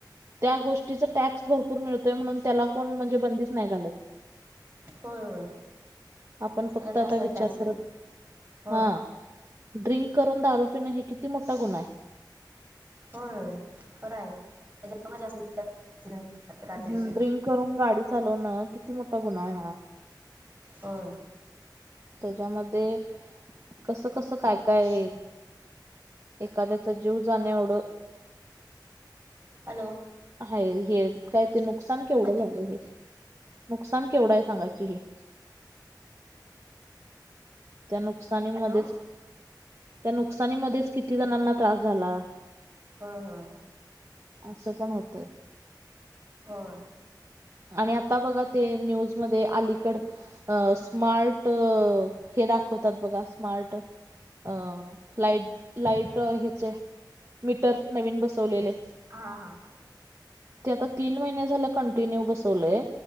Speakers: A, on the right; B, on the right.
A: त्या गोष्टीचा टॅक्स भरपूर मिळतोय, म्हणून त्याला कोण म्हणजे बंदीच नाही घालत.
B: होय होय
A: आपण
B: त्याला
A: फक्त
B: जास्त
A: आता विचार
B: टॅक्स आहे
A: करत
B: हो
A: हा, ड्रिंक करून दारू पिणं हे किती मोठा गुन्हा आहे.
B: होय खरं हाय, <unintelligible> रात्रीची
A: हम्म ड्रिंक करून गाडी चालवणं, किती मोठा गुन्हा आहे हा.
B: होय
A: त्याच्यामध्ये, कसं कसं काय काय एखाद्याचा जीव जाण्याएवढं
B: हॅलो!
A: हाय हे, काय ते नुकसान केवढं
B: हा ऐकू
A: झालं
B: येते
A: हे? नुकसान केवढं आहे सांगा की हे. त्या नुकसानीमध्येच,
B: हॅलो
A: त्या नुकसानीमध्येच किती जणांना त्रास झाला.
B: होय होय
A: असं पण होतंय.
B: होय
A: आणि आता बघा ते न्यूजमध्ये अलीकड अ स्मार्ट, हे दाखवतात बघा स्मार्ट अ लाइट लाईट ह्याचे, मीटर नवीन बसवलेले.
B: हा हा
A: ते आता तीन महिने झाले कंटिन्यू बसवलंय,